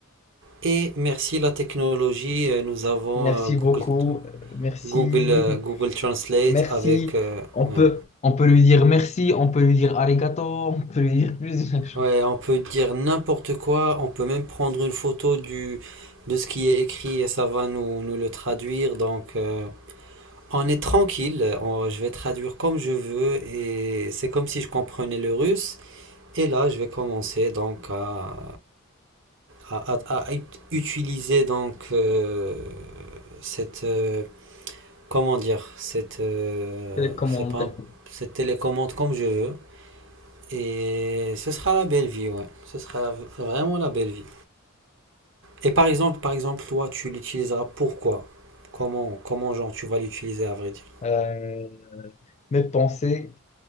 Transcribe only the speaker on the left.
Merci
beaucoup. Euh, Merci.
Merci.
On
peut, on peut lui dire merci, on peut lui dire arigato, on peut lui dire plusieurs choses.
Télécommande.
Euh, mes pensées,